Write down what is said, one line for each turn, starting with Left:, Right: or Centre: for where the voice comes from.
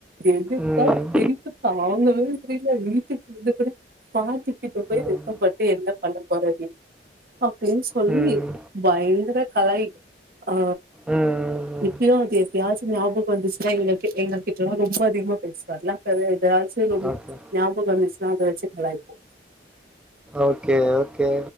Right: எனக்கா
Centre: ம்.
Right: சிரிப்பு தாங்கவே முடில வீட்டுக்கு வந்து கூட பாட்டிக்கிட்ட போய்
Centre: ம்.
Right: வெக்கப்பட் டு என்ன பண்ண போற நீ அப்டின் சொல்லி
Centre: ம்.
Right: பயங்கர கலாய் ஆ
Centre: ம். ம்.
Right: இப்பயு அது எப்பயாச்சு ஞாபக வந்துச்சுன்னா எங்ககி எங்க கிட்டல்லா ரொம்ப அதிகமா பேசுவார்ல அப்ப எதாச்சு ரொ
Centre: ஓகே.
Right: ஞாபக வந்துச்சுன்னா அத வச்சு கலாய்ப்போ
Centre: ஓகே ஓகே